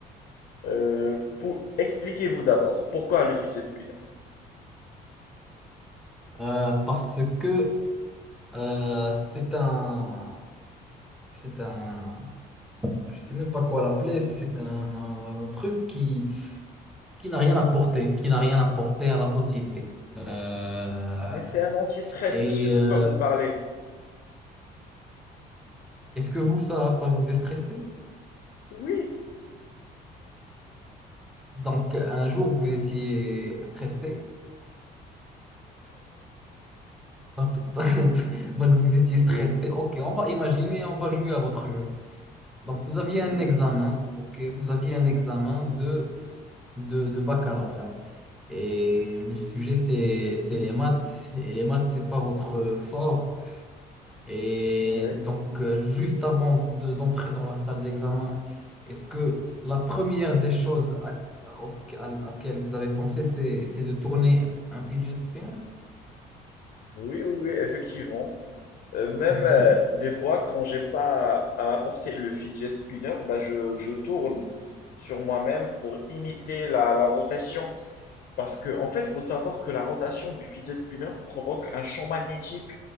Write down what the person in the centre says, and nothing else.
Euh, parce que euh, c'est un, c'est un, je sais même pas quoi l'appeler, c'est un truc qui, qui n'a rien apporté, qui n'a rien apporté à la société. Euh,
et
euh,
est-ce que vous, ça, ça vous déstressait?
Donc, un jour, vous étiez stressé. Donc, <laughs> donc, vous étiez
stressé. OK, on va imaginer, on va jouer à votre jeu. Donc, vous aviez un
examen. OK, vous aviez un examen de, de, de baccalauréat. Et le sujet, c'est, c'est les maths. Et les maths, c'est pas votre fort. Et
donc, euh, juste avant de- d'entrer dans la salle d'examen, est-ce que la première des choses à, à- au- à à laquelle vous avez pensé, c'est, c'est de tourner un fidget spinner?
<laughs>